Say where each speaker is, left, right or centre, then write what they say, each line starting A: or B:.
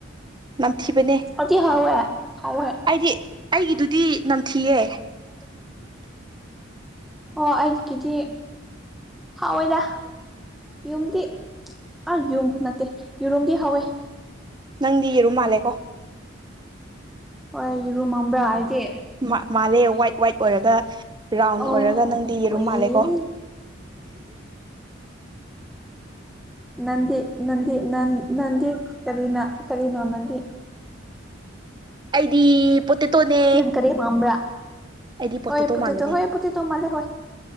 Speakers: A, on the right; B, in the centre.
A: ꯅꯝꯊꯤꯕꯅꯦ
B: ꯑꯗꯤ ꯍꯥꯎꯋꯦ ꯍꯥꯎꯋꯦ
A: ꯑꯩꯗꯤ ꯑꯩꯒꯤꯗꯨꯗꯤ ꯅꯝꯊꯤꯌꯦ
B: <unintelligible> ꯔꯣꯏꯁꯦ
A: <inaudible>
B: ꯑꯣ ꯑꯩꯒꯤꯗꯤ ꯍꯥꯎꯋꯦꯗ ꯌꯨꯝꯗꯤ ꯑꯥ ꯌꯨꯝ ꯅꯠꯇꯦ ꯌꯦꯔꯨꯝꯗꯤ ꯍꯥꯎꯋꯦ
A: ꯅꯪꯗꯤ ꯌꯦꯔꯨꯝ ꯃꯥꯜꯂꯦꯀꯣ
B: ꯍꯣꯏ ꯌꯦꯔꯨꯝ ꯃꯝꯕ꯭ꯔꯥ ꯑꯩꯖꯤ
A: ꯃꯥ ꯃꯥꯜꯂꯦ ꯋꯥꯏꯠ ꯋꯥꯏꯠ ꯑꯣꯏꯔꯒ ꯔꯥꯎꯟ
B: ꯑꯣ
A: ꯑꯣꯏꯔꯒ ꯅꯪꯗꯤ ꯌꯦꯔꯨꯝ
B: ꯑꯣꯏ
A: ꯃꯥꯜꯂꯦ ꯀꯣ
B: ꯅꯟꯗꯤ ꯅꯟꯗꯤ ꯅꯟ ꯅꯟꯗꯤ ꯀꯔꯤꯅ ꯀꯔꯤꯅꯣ ꯅꯪꯗꯤ
A: ꯑꯩꯗꯤ ꯄꯣꯇꯦꯇꯣꯅꯦ
B: ꯅꯪ ꯀꯔꯤ ꯃꯝꯕ꯭ꯔꯥ
A: ꯑꯩꯗꯤ
B: ꯍꯣꯏ ꯄꯣꯇꯦꯇꯣ
A: ꯃꯥꯟꯕꯅꯦ
B: ꯍꯣꯏ ꯄꯣꯇꯦꯇꯣ ꯃꯥꯜꯂꯦ ꯍꯣꯏ